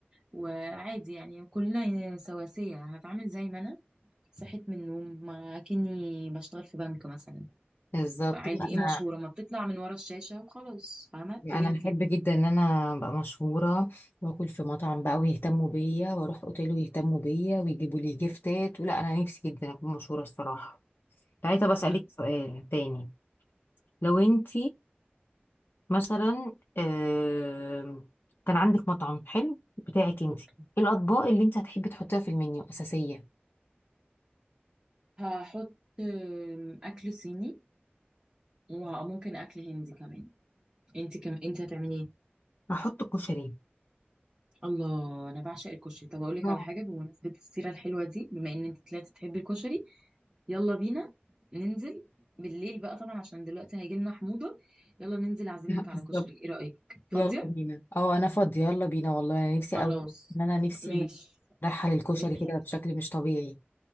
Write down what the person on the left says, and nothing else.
بالظبط
انا
انا
بحب جدا ان انا ابقى مشهوره واكل في مطعم بقى ويهتموا بيا واروح اوتيل ويهتموا بيا ويجيبوا لي جيفتات ولا انا نفسي جدا اكون مشهوره الصراحه تعالي طب اسالك
سؤال تاني لو انت مثلا آم، كان عندك مطعم حلو بتاعك انت
ايه الاطباق اللي انت هتحبي تحطيها في المنيو اساسيه
هحط كشري
اه
<laughs> بالظبط
يلا بينا اه انا فاضي يلا بينا والله انا نفسي
قوي ان انا نفسي
رايحه للكشري
كده بشكل مش طبيعي